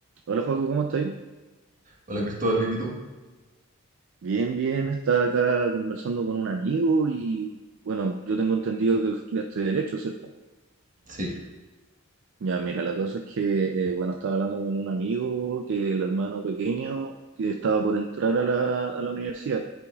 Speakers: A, on the right (about 60°); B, on the right (about 35°).
A: Hola, Joaco, ¿cómo estoy?
B: Hola Cristóbal, ¿bien y tú?
A: Bien, bien, estaba acá conversando con un amigo y bueno, yo tengo entendido que tú estudiaste Derecho, ¿cierto?
B: Sí,
A: Ya, mira, la cosa es que, eh, bueno, estaba hablando con un amigo que el hermano pequeño que estaba por entrar a la, a la universidad,